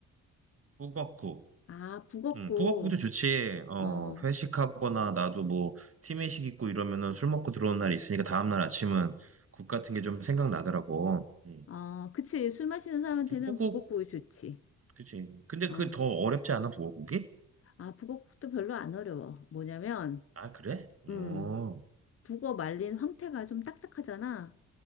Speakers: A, on the right; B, on the left.
A: 북엇국.
B: 아, 북엇국.
A: 응, 북어국도 좋지. 어,
B: 어.
A: 회식하거나 나도 뭐 팀회식 있고 이러면은 술 먹고 들어온 날이 있으니까 다음날 아침은 국 같은 게 좀 생각나더라고. 응.
B: 어, 그치. 술 마시는 사람한테는
A: 북어국,
B: 북엇국이 좋지.
A: 그치. 근데
B: 어.
A: 그 더 어렵지 않아, 북어국이?
B: 아, 북어국도 별로 안 어려워. 뭐냐면,
A: 아, 그래?
B: 부,
A: 어,
B: 음, 북어 말린 황태가 좀 딱딱하잖아.